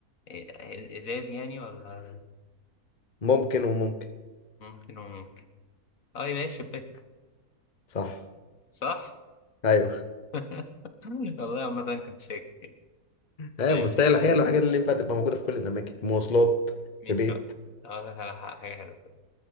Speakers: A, on the left; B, on the left.
A: إيه، إزاز يعني ولا
B: ممكن وممكن
A: ممكن وممكن أه يبقى هي الشباك
B: صح
A: صح؟
B: ايوه
A: <laughs> والله عامة كنت شاكك
B: ايوه
A: طيب
B: بس هي الحقيقة الحاجات اللي ينفع تبقى موجودة في كل الاماكن مواصلات
A: ماشي
B: في بيت
A: بقى أقول لك على ح- حاجة حلوة